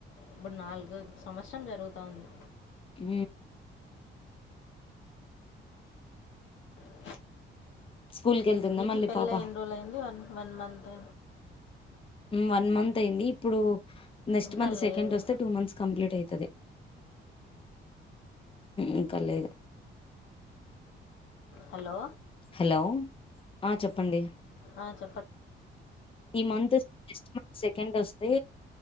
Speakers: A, on the left; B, on the left.
A: ఇప్పుడు నాలుగు సంవత్సరం జరుగుతా ఉంది
B: హ
A: అ
B: స్కూల్ కెళ్తుందా
A: మీకిపెళ్ల
B: మళ్ళీ పాప
A: ఎన్్రోల్ అయి్దువన్ వన్ మంత్
B: వన్ మంత్ అయింది ఇప్పుడు నెక్స్ట్
A: ఇంకా
B: మంత్
A: లేదు.
B: సెకండ్ వస్తే టూ మంత్స్ కంప్లీట్ అయింది అదె ఇంక ఇదు
A: హలో
B: హలో ఆ చెప్పండి
A: ఆ చెప్పండ్
B: ఈ మంత్ జస్ట్ మంత్ సెకండ్ వస్తే